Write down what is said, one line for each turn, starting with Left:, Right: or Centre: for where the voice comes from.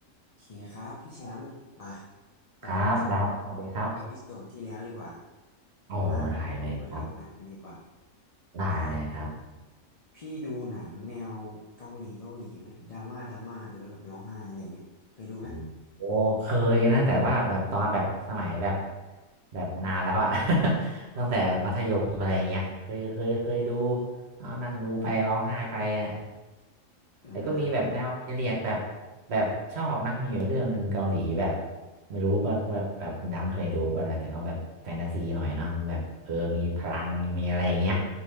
Left: โอเคครับพี่แชมป์มาต่อกันจาก
Right: ครับดำสวัสดีครับ
Left: เอพิโซดที่แล้วดีกว่า
Right: โอ้ได้เลยครับ
Left: มาเอามอยเรื่องหนังกันดีกว่า
Right: ได้เลยครับ
Left: อ่าพี่ดูหนังแนวเกาหลีเกาหลีไหมดราม่าดราม่าดูแล้วแบบร้องไห้อะไรอย่างเงี้ยเคยดูไหม
Right: อืมโอ้เคยนะแต่ว่าแบบตอนแบบสมัยแบบแบบนานแล้วอะ <laughs>
Left: อ๋อ
Right: ตั้งแต่มัธยมอะไรเงี้ยเคยเคยเคยดูเอานั่งดูไปร้องไห้ไปอ่ะ
Left: อ่า
Right: แต่ก็มีแบบแนวพีเรียดแบบแบบชอบนะมีอยู่เรื่องหนึ่งเกาหลีแบบไม่รู้ว่าแบบแบบคุณดำเคยดูป่ะแต่แต่ก็แบบแฟนตาซีหน่อยเนาะแบบเออมีพลังมีอะไรอย่างเงี้ย